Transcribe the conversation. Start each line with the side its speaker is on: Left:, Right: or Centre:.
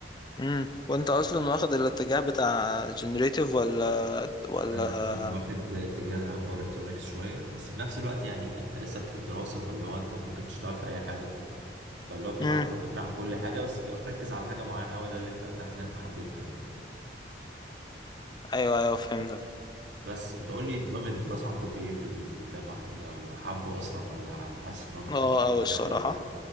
Left: امم وانت اصلا واخد الاتجاه بتاع جنريتيف ولا ولا
Right: انا أنا واخد اتجاه باور الكترونكس شويه بس في نفس الوقت يعني انت لسه في الدراسه فاللي هو انت ممكن تشتغل في اي حاجه فاللي هو بتبقى
Left: امم
Right: عندك فكرة عن كل حاجة بس بتبقى مركز على حاجة معينة أوي ده اللي أنت أكتر حاجة أنت حبيتها يعني
Left: ايوه ايوه فهمتك
Right: بس أنت قول لي نظام الدراسة عندكم إيه في الجامعة كده وحابه أصلا ولا حاسس إن هو محتاج
Left: اه اوي الصراحة
Right: تعديلات؟